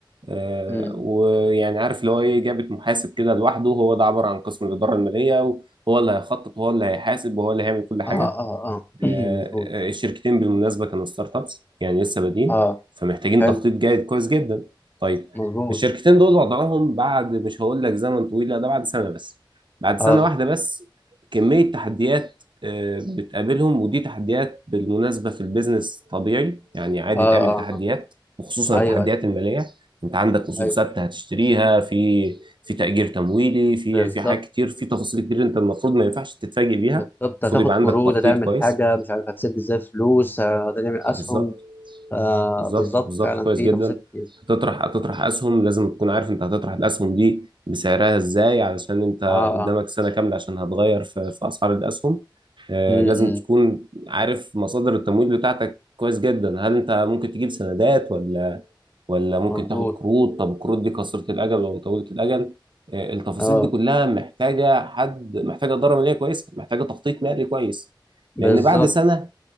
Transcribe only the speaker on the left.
امم
اه اه اه <clears throat>
مظبوط
اه
حلو
مظبوط
اه
اه اه
آه.
ايوه
أيوه.
ايوه
بالظبط
بالظبط
هتاخد
قروض
هتعمل
حاجه مش عارف هتسد ازاي فلوس آه، هتعمل اسهم
آه
بالظبط
فعلا
في
تفاصيل كتير
اه
اه
امم
مظبوط
اه
بالظبط